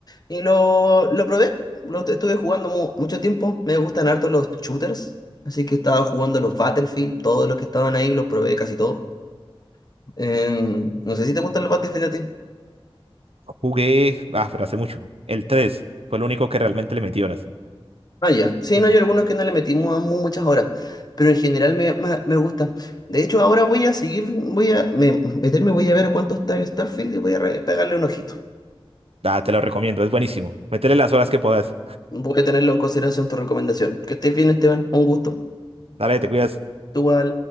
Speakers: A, on the left; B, on the right.
A: y lo, lo probé. Lo est- estuve jugando mu- mucho tiempo. Me gustan harto los shooters, así que estaba jugando los Battlefield, todos los que estaban ahí los probé casi todos. Eh, no sé si te gustan los Battlefield a ti.
B: Jugué, ah, pero hace mucho. El 3 fue el único que realmente le metí horas.
A: Ah, ya. Sí,
B: El
A: no,
B: Valorant.
A: hay algunos que no le metimos a mu- muchas horas, pero en general me, me, me gusta. De hecho, ahora voy a seguir, voy a me- meterme, voy a ver cuánto está el Starfield y voy a re- pegarle un ojito.
B: Ah, te lo recomiendo, es buenísimo. Métele las horas que puedas.
A: Voy a tenerlo en consideración tu recomendación. Que estés bien, Esteban. Un gusto.
B: Dale, te cuidas.
A: Igual.